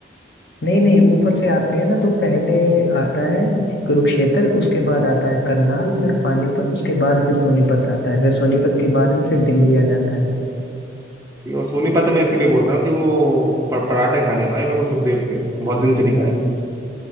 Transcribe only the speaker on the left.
नहीं नहीं ऊपर से आते हैं ना तो पहले आता है कुरुक्षेत्र उसके बाद आता है करनाल फिर पानीपत उसके बाद फिर सोनीपत आता है फिर सोनीपत के बाद में फिर दिल्ली आ जाता है